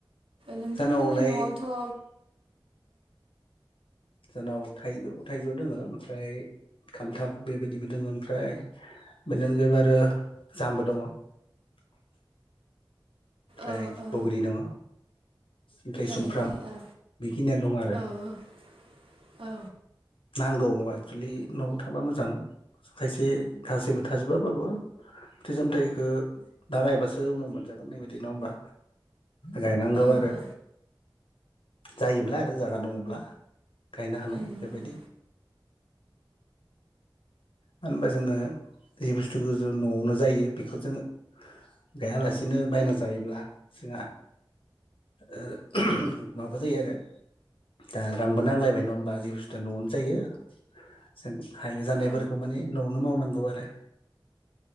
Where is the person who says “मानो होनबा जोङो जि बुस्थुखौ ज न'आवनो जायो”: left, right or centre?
Left